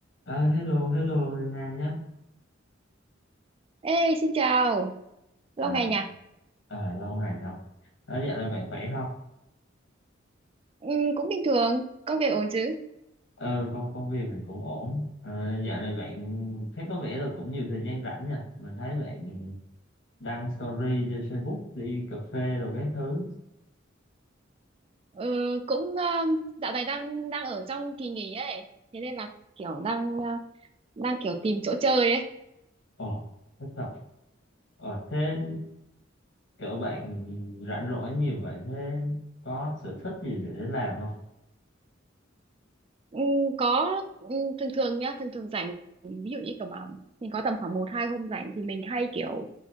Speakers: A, on the left; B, on the right.
A: À, hello, hello Nana nhá.
B: Ê, xin chào,
A: À,
B: lâu ngày nhỉ?
A: à, lâu ngày rồi. Ờ, dạo này bạn khỏe không?
B: Ừ, cũng bình thường, công việc ổn chứ?
A: Ờ, công công việc mình cũng ổn. Ờ, dạo này bạn thấy có vẻ là cũng nhiều thời gian rảnh nha. Mình thấy bạn đăng story trên Facebook đi cà phê rồi các thứ.
B: Ừ, cũng ờ, dạo này đang đang ở trong kỳ nghỉ ấy, thế nên là kiểu đang ờ, đang kiểu tìm chỗ chơi ấy.
A: Ồ, thích thật. Ờ, thế kiểu bạn rảnh rỗi nhiều vậy thế có sở thích gì để làm không?
B: Ừ, có ừ, thường thường nhá, thường thường rảnh, ví dụ như kiểu mà mình có tầm khoảng một hai hôm rảnh thì mình hay kiểu